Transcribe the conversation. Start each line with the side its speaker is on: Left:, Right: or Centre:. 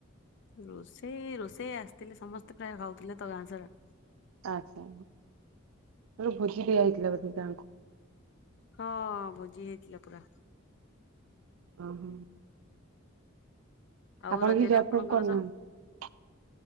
Left: ରୋଷେଇ ରୋଷେଇ ଆସିଥିଲେ ସମସ୍ତେ ପ୍ରାୟ ଖାଉଥିଲେ ତ ଗାଁ ସାରା।
Right: ଆଛା ବୁଝି ଦିଆ ହେଇଥିଲା ବୋଧେ ଗାଁଙ୍କୁ।
Left: ହଁ ଭୋଜି ହେଇଥିଲା ପୁରା।
Right: ଓହୋ
Left: ଆଉ
Right: ଆପଣ
Left: ରଜରେ
Right: ବି ଜପ
Left: ଆପଣଙ୍କର
Right: କରୁନାହାନ୍ତି।
Left: ସବୁ